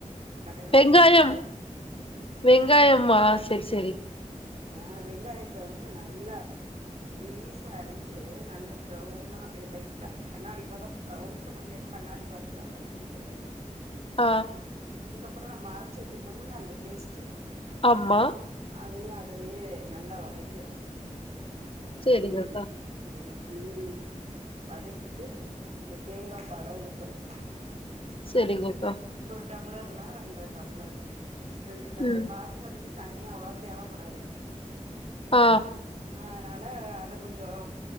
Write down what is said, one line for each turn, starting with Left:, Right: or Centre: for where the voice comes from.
Right: பட்ட கிராம்
Left: வெங்காயம்
Right: போட்டு தாளிச்
Left: வெங்காயமா செரி செரி
Right: ஆ வெங்காயத்த வந் து நல்லா மெலிசா அரிஞ்சு நல்ல ப்ரௌனா அப்டியே லைட்டா கண்ணாடி பதோ ப்ரௌன் சொல்ல முடியாது கண்ணாடி பதத்துல வதக்கிட்டு
Left: ஆ
Right: அப்பறோ நம்ம அரைச்சு வச்சிருக்கோமல்ல அந்த பேஸ்ட்டு
Left: ஆமா
Right: அதையு அதுலயே நல்லா வதக் கிரணு அந்த
Left: செரிங்கக்கா
Right: கிரீன் இதையு ம் வதக்கிட்டு இந்த தேங்காப் பால ஊத்தணு. இட்
Left: செரிங்கக்கா
Right: டம்ளர்னா ரெண்டர டம்ளரு ரெண்டு டம்ளர்
Left: ம்
Right: பாஸ்மதிக்கு தண்ணி அவ்ளவா தேவப்படாது
Left: ஆ
Right: அதனால அத கொஞ்சோ